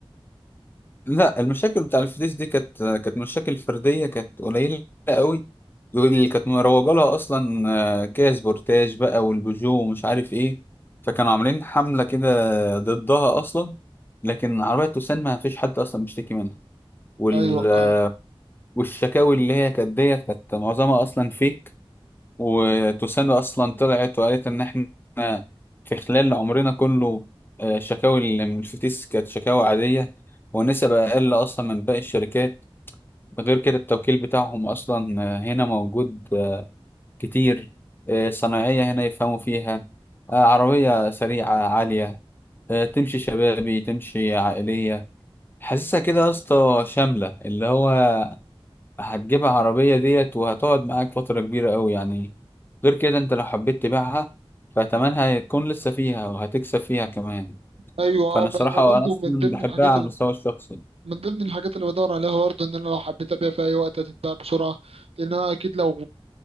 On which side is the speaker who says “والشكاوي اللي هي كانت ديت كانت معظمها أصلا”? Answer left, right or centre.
Left